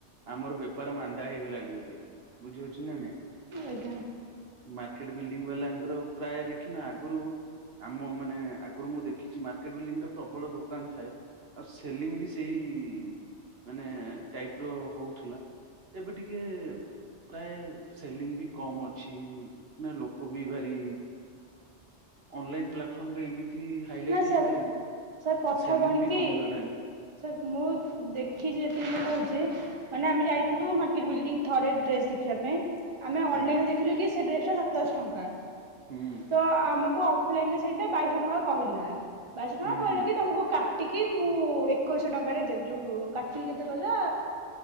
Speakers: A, on the right; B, on the right.
A: ଆମର ବେପାର ମାନ୍ଦା ମାନ୍ଦା ହେଇଗଲାଣି ବୋଲି । ବୁଝି ହଉଛି ନା ନାଇଁ ମାକେ
B: ଆଜ୍ଞା
A: ମାର୍କେଟ ବିଲଡିଂ ବାଲାଙ୍କର ପ୍ରାୟ ଦେଖିନ ଆଗରୁ ଆମ ମାନେ ଆଗରୁ ମୁଁ ଦେଖିଛି ମାର୍କେଟ ବିଲଡିଂ ରେ ପ୍ରବଳ ଦୋକାନ ଥାଏ । ଆଉ ସେଲିଙ୍ଗ ବି ସେଇ ମାନେ ଟାଇପ ର ହଉଥିଲା ଏବେ ଟିକେ ପ୍ରାୟ ସେଲିଙ୍ଗ ବି କମ ଅଛି । ଅଛି ନା ଲୋକ ବି ଭାରି ଅନଲାଇନ ପ୍ଲାଟଫର୍ମ ରେ ଏମିତି ଏମିତି ହାଇଲାଇଟ
B: ନା
A: ହେଇଗଲେଣି
B: ସାର୍ ସାର୍ କଥା
A: ସେଲିଂ
B: କଣ
A: ବି
B: କି
A: କମିଗଲାଣି
B: ସେ ମୁଁ ଦେଖିଛି ଯେତିକି ମୁଁ କହୁଛି ମାନେ ଆମେ ଯାଇଥିଲୁ ମାର୍କେଟ ବିଲଡିଂ ଥରେ ଡ୍ରେସ ଦେଖିବା ପାଇଁ ଆମେ ଅନଲାଇନରେ
A: ଆଜ୍ଞା
B: ଦେଖିଲୁ କି ସେ ଡ୍ରେସ୍ ଟା ସାଆ ସାତଶ ଟଙ୍କା।
A: ହୁଁ
B: ତ ଆମକୁ ଅଫଲାଇନ ରେ ସେଇଟା ବାଇଶହ ଟଙ୍କା କ କହିଲା। ବାଇଶହ ଟଙ୍କା
A: ହୁଁ
B: କହିଲା
A: ହୁଁ
B: କି ତମକୁ କାଟି ଟିକିଏ ମୁଁ ଏକୋଇଶହ ଟଙ୍କାରେ ଦେବି ଯୋଉ କାଟି କେତେ କହିଲା